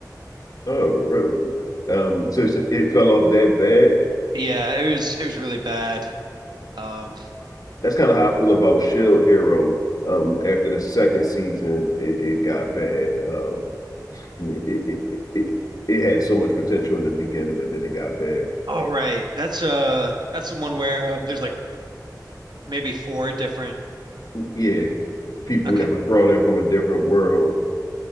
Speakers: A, on the left (about 60°); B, on the right (about 80°).
A: Oh, really? Um, so it's- it fell off that bad.
B: Yeah, it was it was really bad. Um,
A: That's kind of how I feel about Shield Hero. Um, after the second season, it, it got bad. Um, it, it it it it had so much potential in the beginning, but then it got bad.
B: oh right, that's uh that's the one where um, there's like maybe four different
A: Yeah, people
B: Okay.
A: that was brought in from a different world.